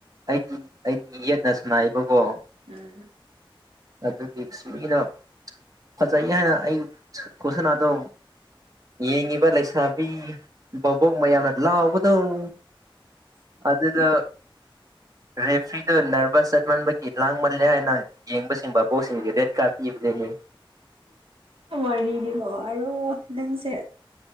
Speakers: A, on the right; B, on the right.
A: ꯑꯩꯗꯤ ꯑꯩꯗꯤ ꯌꯦꯠꯅꯁꯨꯅꯥꯏꯕꯀꯣ
B: ꯎꯝ
A: ꯑꯗꯨꯒꯤ ꯁꯃꯤꯅ ꯐꯖꯩ ꯍꯥꯏꯅ ꯑꯩ ꯀꯣꯁꯅꯥꯗꯣ ꯌꯦꯡꯉꯤꯕ ꯂꯩꯁꯥꯕꯤ ꯕꯕꯣꯛ ꯃꯌꯥꯝꯅ ꯂꯥꯎꯕꯗꯧ ꯑꯗꯨꯗꯗ ꯔꯦꯐ꯭ꯔꯤꯗꯨ ꯅꯚꯁ ꯆꯠꯃꯟꯕꯒꯤ ꯂꯥꯡꯃꯜꯂꯦ ꯍꯥꯏꯅ ꯌꯦꯡꯕꯁꯤ ꯕꯕꯣꯛꯁꯤꯡꯒꯤꯦꯗꯦꯠ ꯀꯥ ꯏꯅꯤ
B: ꯋꯥꯔꯅꯤꯡꯅꯦꯕꯣ ꯍꯥꯏꯔꯣ ꯅꯪꯁꯦ